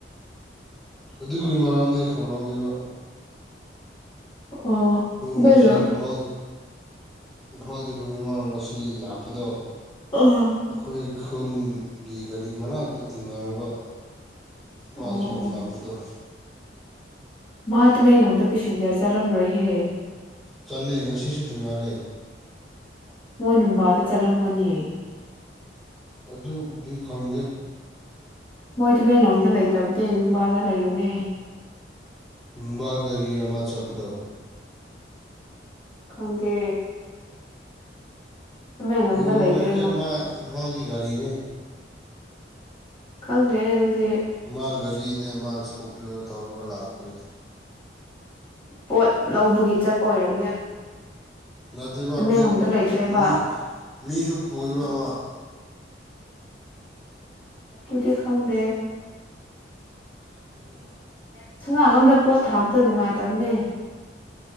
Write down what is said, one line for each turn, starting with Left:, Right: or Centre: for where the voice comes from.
Centre: ꯑꯗꯨꯒꯤꯒꯤ ꯃꯔꯝꯅꯤ ꯈꯪꯍꯧꯗꯣꯏꯕ
Left: ꯑꯣꯕꯂ
Centre: ꯉꯁꯤ ꯏꯝꯐꯥꯜ ꯏꯝꯐꯥꯜꯗꯒꯤ ꯃꯃꯥꯡ ꯉꯁꯤ ꯂꯥꯛꯄꯗꯣ
Left: ꯑꯣ
Centre: ꯑꯩꯈꯣꯏ ꯈꯜ ꯒꯤ ꯀꯔꯤ ꯃꯅꯥꯛ ꯇ ꯊꯦꯡꯉꯥꯏꯔꯕ ꯃꯥꯁꯨ
Left: ꯑꯣ ꯑꯣ
Centre: ꯂꯥꯛꯄꯗꯣ <unintelligible>
Left: ꯃꯥ ꯇꯃꯦꯂꯣꯡꯗ ꯄꯦꯁꯦꯟꯖꯔ ꯆꯠꯂꯝꯔꯣꯏꯍꯦ
Centre: ꯆꯠꯂꯦ ꯉꯁꯤꯁꯨ ꯀꯨꯝꯊꯔꯦ
Left: ꯃꯣꯏ ꯅꯨꯡꯕꯥꯗ ꯆꯠꯂꯝꯒꯅꯤꯌꯦ
Centre: ꯑꯗꯨꯕꯨꯗꯤ ꯈꯪꯗꯦ
Left: ꯃꯣꯏ ꯇꯃꯦꯡꯂꯣꯡꯗ ꯂꯩꯇꯕꯅꯦ ꯅꯨꯡꯕꯥꯗ ꯂꯩꯕꯅꯦ
Centre: ꯨꯃꯨꯡꯕ ꯒꯥꯔꯤ ꯑꯃ ꯆꯠꯄꯗꯣ
Left: ꯈꯪꯗꯦ ꯇꯃꯦꯡꯂꯣꯡꯗ
Centre: ꯑꯣꯏꯔꯝꯂꯣꯏꯍꯦ
Left: ꯂꯩꯇ꯭ꯔꯦ
Centre: ꯃꯥ ꯏꯝꯐꯥꯜꯒꯤ ꯒꯥꯔꯤꯅꯦ
Left: ꯈꯪꯗ꯭ꯔꯦ ꯑꯗꯨꯗꯤ
Centre: ꯃꯥ ꯒꯔꯤꯅꯦ ꯃꯥ ꯏꯁꯀꯣꯄꯤꯌꯣꯗꯣ ꯊꯧꯔꯒ ꯂꯥꯛꯄꯅꯦ
Left: ꯄꯣꯠ ꯂꯧꯕꯒꯤ ꯆꯠꯄ ꯑꯣꯏꯔꯝ
Centre: ꯅꯠꯇꯦꯕ
Left: ꯇꯃꯦꯡꯂꯣꯡꯗ
Centre: ꯃꯤ
Left: ꯂꯩꯇ꯭ꯔꯦꯕ
Centre: ꯃꯤ ꯃꯤꯁꯨ ꯄꯨꯏꯌꯦꯕ ꯃꯥ
Left: ꯗꯨꯗꯤ ꯈꯪꯗꯦ
Centre: <inaudible>
Left: <unintelligible> ꯑꯝꯗ ꯄꯣꯠ ꯊꯥꯕꯗꯣ ꯅꯨꯡꯉꯥꯏ ꯇꯝꯅꯦ